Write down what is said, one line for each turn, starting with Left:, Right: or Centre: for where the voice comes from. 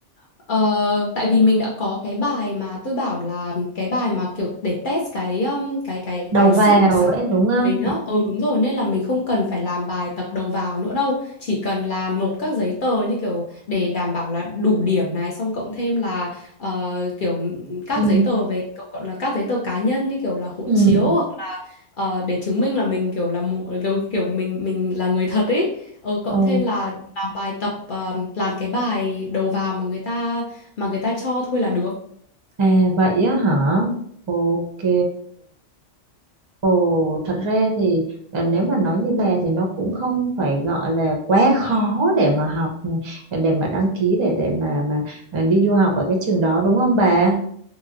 Left: ờ, tại vì mình đã có cái bài mà tôi bảo là cái bài mà kiểu để test cái ừm, cái cái
Right: đầu
Left: cái
Right: vào
Left: sự sáng
Right: ấy
Left: tạo
Right: đúng không?
Left: của mình á. Ừ đúng rồi nên là mình không cần phải làm bài tập đầu vào nữa đâu, chỉ cần là nộp các giấy tờ như kiểu để đảm bảo là đủ điểm này xong cộng thêm là ờ, kiểu các
Right: Ừ.
Left: giấy tờ về cậu gọi là các giấy tờ cá nhân như kiểu là hộ
Right: Ừ.
Left: chiếu hoặc ờ, để chứng minh là mình kiểu là mu- kiểu, kiểu mình mình là người thật ấy ờ, cộng
Right: Ồ,
Left: thêm là làm bài tập ờ, làm cái bài đầu vào mà người ta mà người ta cho thôi là được
Right: à vậy á hả? Ok. Ồ, thật ra thì ờ, nếu mà nói như bà thì nó cũng không phải gọi là quá khó để mà học để mà đăng ký để để mà mà ờ, đi du học ở cái trường đó đúng không bà?